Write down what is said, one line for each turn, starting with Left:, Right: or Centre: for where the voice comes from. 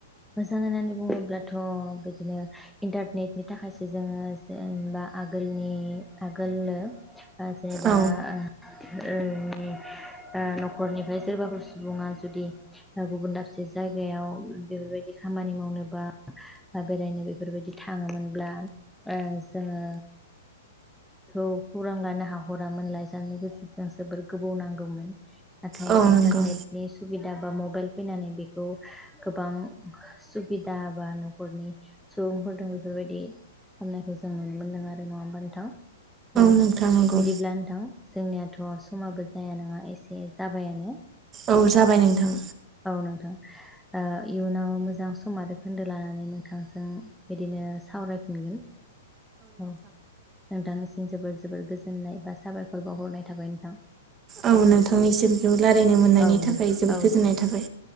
Centre: मोजां होननानै बुङोब्लाथ' बिदिनो इन्टारनेटनि थाखायसो जोङो जेनेबा आगोलनि आगोलो ओ जेबा
Right: औ
Centre: ओ ओ न'खरनिफ्राय सोरबाफोर सुबुङा जुदि गुबुन दाबसे जायगायाव बेफोरबायदि खामानि मावनो बा ओ बेरायनो बेफोरबायदि थाङोमोनब्ला ओ जोङो खौ खौरां लानो हाहरामोन लाइजामनि गेजेरजों जोबोर गोबाव नांगौमोन। नाथाय
Right: औ
Centre: इन्टारनेटनि
Right: नंगौ
Centre: सुबिदा बा मबेल फैनानै बेखौ गोबां सुबिदा बा न'खरनि सुबुंफोरदों बेफोरबायदि खालामनायखौ जों नुनो मोनदों आरो नङा होमबा नोंथां? औ
Right: नोंथां नंगौ
Centre: बिदिब्ला नोंथां जोंनियाथ' समाबो जाया नङा एसे जाबायानो
Right: औ जाबाय नोंथां
Centre: औ नोंथां ओ इयुनाव मोजां सम आरो खोन्दो लानानै नोंथांजों बिदिनो सावरायफिनगोन। औ नोंथानिसिम जोबोर जोबोर गोजोननाय बा साबायखर बावहरनाय थाबाय नोंथां।
Right: औ नोंथांनिसिम <unintelligible>
Centre: औ
Right: थाखाय
Centre: दे
Right: जोबोद
Centre: औ
Right: गोजोननाय थाबाय